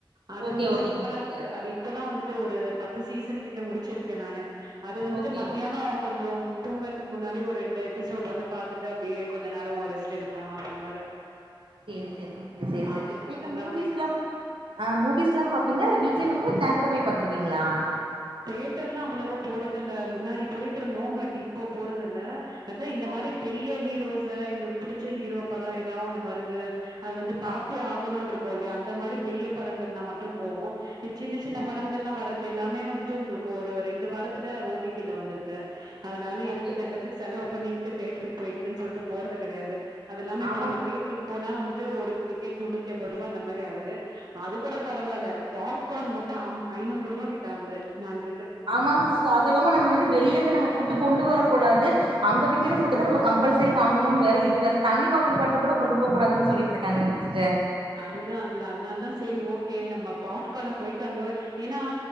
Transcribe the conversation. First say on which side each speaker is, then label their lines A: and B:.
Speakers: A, on the right; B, on the right.
A: அது
B: ஓகே
A: வந்து
B: ஓகேங்க
A: சூப்பராயிருக்கு
B: சிஸ்டர்
A: அது இப்பதா வந்துட்டு ஒரு பத்து சீசன் கிட்ட முடிச்சியிருக்கேன் நானு அது வந்துட்டு
B: ஓகே
A: மத்தியானோ
B: ஓகே
A: கொஞ்சோ தூங்கறத்துக்கு முன்னாடி ஒரு ரெண்டு எபிசோட் வந்து பாத்துட்டு அப்டியே கொஞ்சோ நேரோ ரெஸ்ட் எடுப்பே ஆஃப்பன் <inaudible>
B: சேரி செரிங்க சேரி
A: ஆ
B: செரிங்க
A: அது ரொம்ப
B: நீங்க
A: நல்லா
B: மூவிஸ்லா
A: போயிட்டு இருக்கு.
B: ஆஹ் மூவிஸ்லா பாப் பீங்களாயில்ல வீட்டுலயே பண்ணுவீங்களாயில்ல தேட்டர் போய் பாத்துருவீங்களா
A: தேட்டர்லா அவ்ளவோ போறதுயில்ல முன்னாடி போயிட்டுருந்தோம் பட் இப்போ போறதுயில்ல அதா இந்த
B: ஓகே
A: மாரி பெரிய ஹீரோஸ் ச எங்களுக்கு புடிச்ச ஹீரோ படோம் எ தா ஒண்ணு வருது அது வந்து பாத்தே
B: ஆ
A: ஆகணோம்னு இருக் கோலயா அந்த மாரி பெரிய படங்கள்லா மட்டோம் போவோம் இ சின்ன சின்ன
B: ஓகே
A: படங்கள்லா வர்றது எல்லாமே வந்துட்டு உங்களுக்கு ஒரு ரெண்டு வாரத்துல ஓட்டிட்டில வந்துருது அதனால
B: ஓகே
A: எதுக்கு தண்டத்துக்கு
B: ஓகே
A: செலவு பண்ணி தேட்டருக்கு போயிட்டுக்குன்னு சொல்லிட்டு போறது கெடையாது அதுல்லாம இப்ப
B: ஆமாங்
A: நம்ம தேட்டருக்கு போனா வந்துட்டு ஒரு டிக்கெட் முன்னூத்தி ஐம்பது ரூபா அந்த மாதிரி ஆகுது அது கூட பரவாயில்ல பாப்கார்ன் மட்டும் ஐநூறு ரூபா கிட்ட ஆகுது நாங்க
B: ஆமாங்க சிஸ்டர் அது இல்லாம நம்ம வந்து வெளியருந்து நம்ம ஃபுட் கொண்டு வரக்கூடாது அங்க விறக்கிற ஃபுட்தா நம்ம கம்பல் சரி வாங்கும்னு வேற இது வேற தண்ணி வாட்டர் பாட்டில் கூட கொண்டு போகூடாதுனு சொல்லிட்டு இருக்காங்கங்க சிஸ்டர்
A: அதுதான் அதுதான் அதனால தான் செரி ஓக நம்ம பாப்க போயிட்டு அங்க ஏன